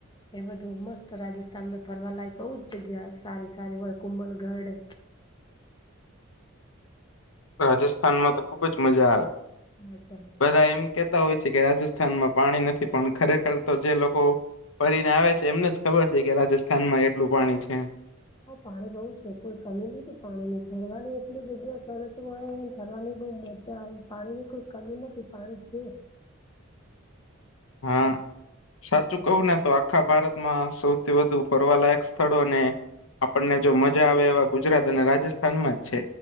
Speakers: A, on the left; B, on the left.
A: એ બધું મસ્ત રાજસ્થાનમાં ફરવા લાયક બઉુ જ જગ્યા સારી સારી હોય કુંમલગઢ.
B: રાજસ્થાનમાં તો ખુબ જ મજા આવે
A: મજા આવે
B: બધા
A: છે.
B: એમ કે. હોય છે કે રાજસ્થાનમાં પાણી નથી પણ ખરેખર તો જે લોકો. ફરીને આવે છે એમને જ ખબર છે કે રાજસ્થાનમાં એટલું પાણી. છે
A: પાણી બહુ છે કોઈ કમી નથી પાણી ની ફરવાની એટલી જગ્યા સરસ તોય થરવાની બહ મજા આવે પાણીની કોઈ કમી નથી પાણી છે.
B: હા સાચું કવું ને તો આ આખા ભારતમાં સૌથી વધુ ફરવાલાયક સ્થળો અને. આપણને જો મજા આવે એવા ગુજરાત અને રાજસ્થાનમાં જ છે.